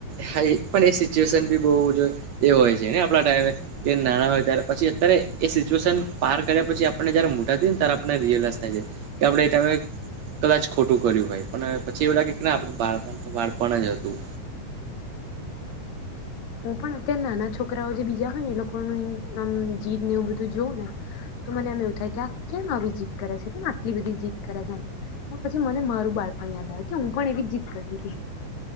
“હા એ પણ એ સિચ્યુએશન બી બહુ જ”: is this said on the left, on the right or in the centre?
Right